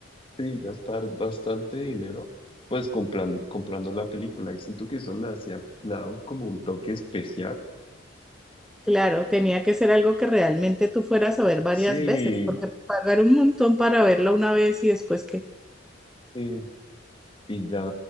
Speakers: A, on the left; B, in the centre.
A: Sí, gastar bastante dinero, pues compran- comprando la película. Y siento que eso le hacía, le daba como un toque especial.
B: Claro, tenía que ser algo que realmente tú fueras a ver varias
A: Sí,
B: veces, porque pagar un montón para verla una vez y después que
A: sí. Y ya,